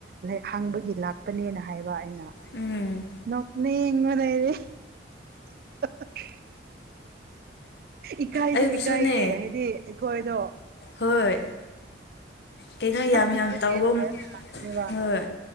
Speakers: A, on the right (about 50°); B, on the left (about 65°).
A: ꯂꯥꯏꯛ ꯍꯥꯡꯕꯒꯤ ꯂꯥꯛꯄꯅꯦꯅ ꯍꯥꯏꯕ ꯑꯩꯅ
B: ꯎꯝ
A: ꯅꯣꯛꯅꯤꯡꯕꯅ ꯑꯩꯗꯤ <unintelligible> ꯏꯀꯥꯏꯖꯨ
B: ꯑꯩꯕꯨꯁꯨꯅꯦ
A: ꯏꯀꯥꯏꯌꯦ ꯍꯥꯏꯗꯤ ꯑꯩꯈꯣꯏꯗꯣ
B: ꯍꯣꯏ ꯀꯩꯩꯅꯣ ꯌꯥꯝ
A: ꯏꯅꯣꯁꯦꯟ
B: ꯌꯥꯝ ꯇꯧꯕꯝ
A: ꯑꯣꯏꯔ ꯂꯥꯛꯅꯦꯕ
B: ꯍꯣꯏ